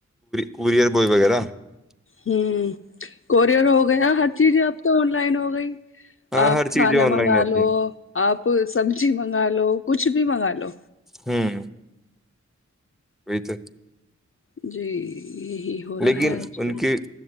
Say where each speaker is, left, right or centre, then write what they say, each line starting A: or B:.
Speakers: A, in the centre; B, on the left (about 45°).
A: کوریئر بوائے وغیرہ <unintelligible>
B: ہوں کورئر ہو گیا ہر چیز اب تو آن لائن ہو گئی
A: ہاں
B: آپ
A: ہر
B: کھانا
A: چیزیں آن
B: منگا
A: لائن آتی
B: لو
A: ہے
B: آپ سبزی منگا لو کچھ بھی منگا لو
A: ہوں یہی تو <unintelligible>
B: جی یہی ہو رہا
A: لیکن
B: ہے آج
A: ان
B: کل
A: کے